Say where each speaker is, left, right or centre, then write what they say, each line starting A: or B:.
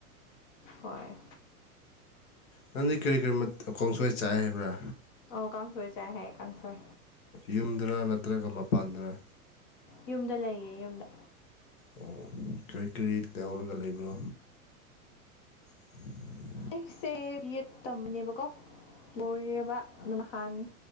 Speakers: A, on the left (about 40°); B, on the left (about 65°).
A: ꯍꯣꯏ
B: ꯅꯪꯗꯤ ꯀꯔꯤ ꯀꯔꯤ ꯈꯣꯡꯁꯣꯏ ꯆꯥꯏꯦ ꯍꯥꯏꯕ꯭ꯔꯥ
A: ꯑꯣꯀꯥ ꯆꯣꯏ ꯆꯥꯏ ꯍꯥꯏꯦ ꯑꯦꯀ ꯆꯣꯏ
B: ꯌꯨꯝꯗꯔ ꯅꯠꯇ꯭ꯔꯒ ꯃꯄꯥꯟꯗꯅ
A: ꯌꯨꯝꯗ ꯂꯩꯌꯦ ꯌꯨꯝꯗ
B: ꯑꯣ ꯀꯔꯤ ꯀꯔꯤ ꯇꯧꯔꯒ ꯂꯩꯕ꯭ꯔꯣ <unintelligible>
A: ꯑꯩꯁꯦ ꯕꯤ ꯑꯦꯗ ꯇꯝꯕꯅꯦꯕꯀꯣ ꯂꯣꯏꯔꯕ ꯅ ꯅꯍꯥꯟ